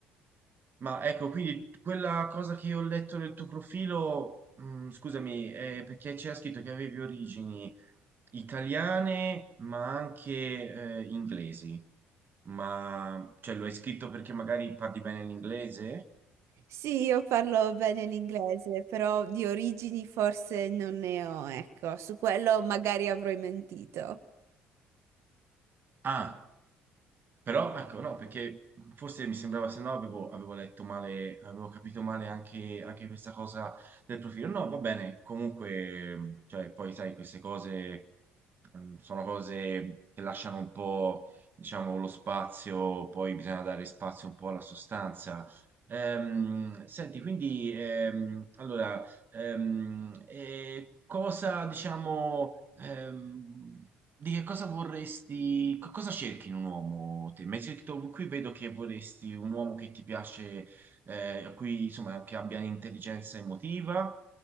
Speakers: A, on the right; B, on the right.
A: Ma ecco, quindi quella cosa che io ho letto nel tuo profilo, mh, scusami, eh, perché c'era scritto che avevi origini italiane, ma anche eh, inglesi. Ma cioè, lo hai scritto perché magari parli bene l'inglese?
B: Sì, io parlo bene l'inglese, però di origini forse non ne ho, ecco, su quello magari avrò mentito.
A: Ah. Però ecco, no, perché forse mi sembrava, se no avevo, avevo letto male, avevo capito male anche, anche questa cosa del profilo. No, va bene, comunque, cioè, poi sai, queste cose ehm, sono cose che lasciano un po', diciamo, lo spazio, poi bisogna dare spazio un po' alla sostanza. Ehm, senti, quindi, ehm, allora, ehm, eh, cosa, diciamo... Ehm, di che cosa vorresti, co- cosa cerchi in un uomo te? Mi hai detto, qui vedo che vorresti un uomo che ti piace, eh, a cui, insomma, che abbia intelligenza emotiva,